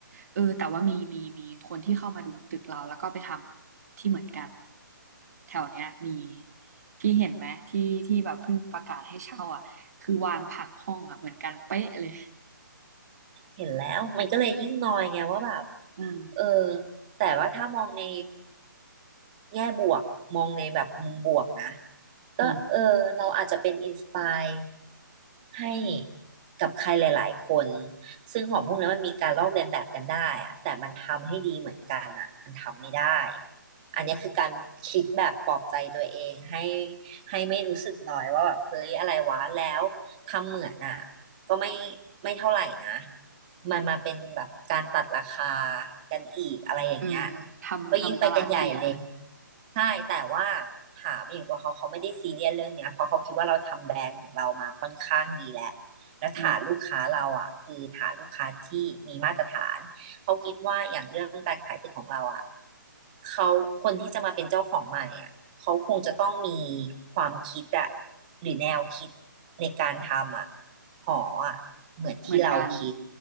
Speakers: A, on the right (about 50°); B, on the right (about 25°).
A: เออแต่ว่ามีมีมีคนที่เข้ามาดูตึกเราแล้วก็ไปทำที่เหมือนกันแถวเนี้ยมีพี่เห็นไหมที่ที่แบบเพิ่งประกาศให้เช่าอ่ะคือวางผังห้องอ่ะเหมือนกันเป๊ะเลย
B: เห็นแล้วมันก็เลยยิ่งนอยไงว่าแบบ
A: อืม
B: เออแต่ว่าถ้ามองในแง่บวกมองในแบบมุมบวกนะก็เออเราอาจจะเป็นอินสปาย
A: อืม
B: ให้กับใครหลายๆคนซึ่งของพวกนั้นมันมีการลอกเลียนแบบกันได้อะแต่มันทำให้ดีเหมือนกันอะมันทำไม่ได้อันนี้คือการคิดแบบปลอบใจตัวเองให้ให้ไม่รู้สึกน้อยว่าแบบเฮ้ยอะไรวะแล้วทำเหมือนอะก็ไม่ไม่เท่าไหร่นะ มันมาเป็นแบบการตัดราคากันอีกอะไรอย่างเงี้ย
A: เออทำทำตลาดเสีย
B: ก็ยิ่งไปกันใหญ่เลย ใช่ แต่ว่าถามอย่างตัวเขาเขาไม่ได้ซีเรียสเรื่องเนี้ยเพราะเขาคิดว่าเราทำแบรนด์ของเรามาค่อนข้างดีแล้วแล้วฐานลูกค้าเราอ่ะคือฐานลูกค้าที่มีมาตรฐานเขาคิดว่าอย่างเรื่องการขายตึกของเราอ่ะ
A: อืม
B: เขาคนที่จะมาเป็นเจ้าของใหม่อ่ะเขาคงจะต้องมีความคิดอ่ะหรือแนวคิดในการทำอ่ะหออ่ะเหมือนที่เราคิด
A: เหมือนกัน